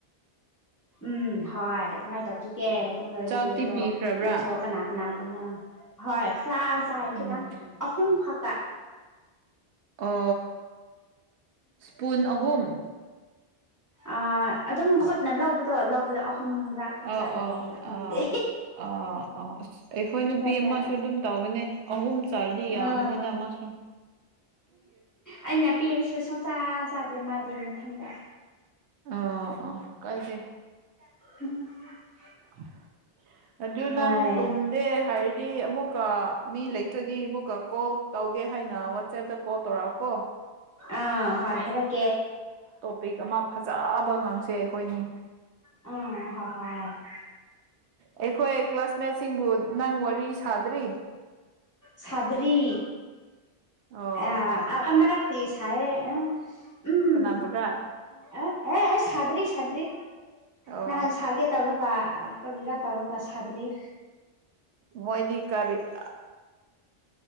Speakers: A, on the left; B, on the right.
A: ꯎꯝ ꯍꯣꯏ ꯑꯗꯨꯃꯥꯏꯅ ꯇꯧꯈꯤꯒꯦ ꯑꯗꯨ ꯂꯣꯏꯔꯗꯤ
B: ꯆꯥꯛꯇꯤ
A: ꯑꯗꯣ
B: ꯄꯤꯈ꯭ꯔꯕ꯭ꯔꯥ
A: ꯅꯪꯁꯨ ꯀꯅꯥ ꯀꯅꯥꯕꯨꯅꯣ ꯍꯣꯏ ꯈꯔ ꯆꯥꯏ ꯈꯤꯇꯪ
B: ꯎꯝ
A: ꯑꯍꯨꯝ ꯈꯛꯇ
B: ꯑ ꯏꯁ꯭ꯄꯨꯟ ꯑꯍꯨꯝ
A: ꯑ ꯑꯗꯨꯝ ꯈꯨꯠꯅ ꯂꯧꯕꯗꯣ ꯂꯧꯕꯗꯣ ꯑꯍꯨꯝ ꯂꯥꯛꯅ
B: ꯑꯥ
A: ꯆꯥꯏꯌꯦ
B: ꯑꯥ
A: ꯈꯪꯗꯦ
B: ꯑꯥ ꯑꯥ ꯑꯁ ꯑꯩꯈꯣꯏ
A: ꯃꯊꯟꯇ
B: ꯅꯨꯄꯤ ꯑꯃꯁꯨ ꯑꯗꯨꯝ ꯇꯧꯕꯅꯦ ꯑꯍꯨꯝ ꯆꯥꯔꯗꯤ ꯌꯥꯕꯅꯤꯅ
A: ꯑꯥ
B: ꯑꯃꯁꯨ
A: ꯑꯩꯅ ꯄꯤꯔꯁꯨ ꯁꯨꯡꯆꯥꯥ ꯆꯥꯗꯦ ꯃꯥꯗꯤ ꯃꯊꯟꯗ
B: ꯑꯣ ꯑꯣ ꯀꯥꯏꯗꯦ
A: <unintelligible>
B: <inaudible> ꯑꯗꯨ
A: ꯍꯣꯏ
B: ꯅꯪ ꯇꯨꯝꯗꯦ ꯍꯥꯏꯔꯗꯤ ꯑꯃꯨꯛꯀ ꯃꯤ ꯂꯩꯇ꯭ꯔꯗꯤ ꯑꯃꯨꯛꯀ ꯀꯣ ꯇꯧꯒꯦ ꯍꯥꯏꯅ ꯋꯥꯆꯦꯞꯇ ꯀꯣꯜ ꯇꯧꯔꯛꯑꯣ ꯀꯣ
A: ꯑꯥ ꯍꯣꯏ ꯍꯥꯏꯔꯛ
B: ꯇꯣꯄꯤꯛ ꯑꯃ ꯐꯖꯕ ꯉꯥꯡꯁꯦ ꯑꯩꯈꯣꯏꯅꯤ
A: ꯎꯝ ꯍꯣꯏ ꯍꯣꯏ
B: ꯑꯩꯈꯣꯏ ꯀ꯭ꯂꯥꯁꯃꯦꯠꯁꯤꯡꯕꯨ ꯅꯪ ꯋꯥꯔꯤ ꯁꯥꯗ꯭ꯔꯤ
A: ꯁꯗꯔꯤ
B: ꯑꯣ
A: ꯑ ꯑꯃꯔꯛꯇꯤ ꯁꯥꯏꯌꯦ ꯎꯝ
B: ꯀꯅꯥꯕꯨꯔꯥ
A: ꯑꯦ ꯑꯦ ꯁꯗ꯭ꯔꯤ ꯁꯗ꯭ꯔꯤ
B: ꯑꯣ
A: ꯅꯍꯥꯟ ꯁꯥꯒꯦ ꯇꯧꯔꯒ ꯀꯔꯤꯔꯥ ꯇꯧꯔꯒ ꯁꯥꯗ꯭ꯔꯤ
B: ꯃꯣꯏꯗꯤ ꯀꯥꯔꯤꯑꯥ